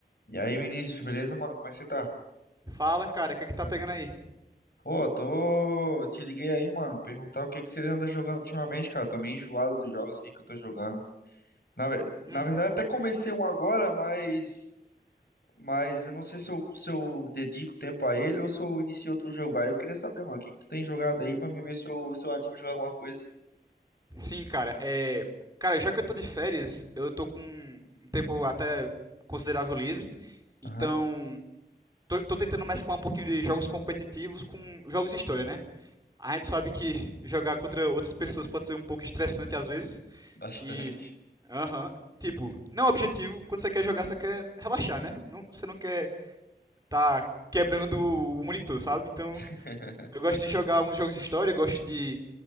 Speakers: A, on the left; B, on the right.
A: E aí, Vinícius, beleza, mano? Como é que você tá?
B: Fala, cara, o que é que tá pegando aí?
A: Pô, tô. Te liguei aí, mano, perguntar o que que você anda jogando ultimamente, cara. Tô meio enjoado dos jogos aqui que eu tô jogando. Na, ve- Na
B: Hum,
A: verdade, até comecei um agora, mas. Mas eu não sei se eu, se eu dedico tempo a ele ou se eu inicio outro jogo. Aí eu queria saber, mano, o que que tu tem jogado aí pra me ver se eu, se eu animo a jogar alguma coisa.
B: sim, cara, é. Cara, já que eu tô de férias, eu tô com um tempo até considerável livre,
A: Aham.
B: então tô, tô tentando mesclar um pouquinho de jogos competitivos com jogos de história, né? A gente sabe que <laughs> jogar contra outras pessoas pode ser um pouco estressante às vezes,
A: Bastante.
B: que. Aham. Tipo, não é um objetivo, quando você quer jogar, você quer relaxar, né? Não, você não quer tá quebrando o monitor, sabe? Então.
A: <laughs>
B: Eu gosto de jogar alguns jogos de história, eu gosto de.